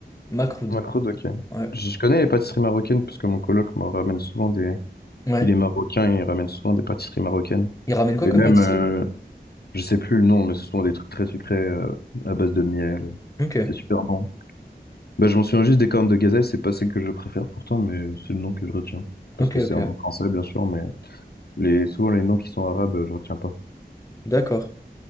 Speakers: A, on the left; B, on the left.
A: Makroud.
B: Macroud, ok.
A: Ouais.
B: Je je connais les pâtisseries marocaines parce que mon coloc me ramène souvent des.
A: Ouais.
B: Il est marocain et il ramène souvent des pâtisseries marocaines.
A: Il ramène quoi
B: Et
A: comme
B: même,
A: pâtisserie?
B: euh, je sais plus le nom, mais ce sont des trucs très sucrés euh, à base de miel.
A: Ok.
B: C'est super bon. Bah, je m'en souviens juste des cornes de gazelle, c'est pas celle que je préfère pourtant, mais c'est le nom que je retiens. Parce
A: Ok,
B: que
A: ok.
B: c'est un nom français, bien sûr, mais les, souvent les noms qui sont arabes, euh, je retiens pas.
A: D'accord.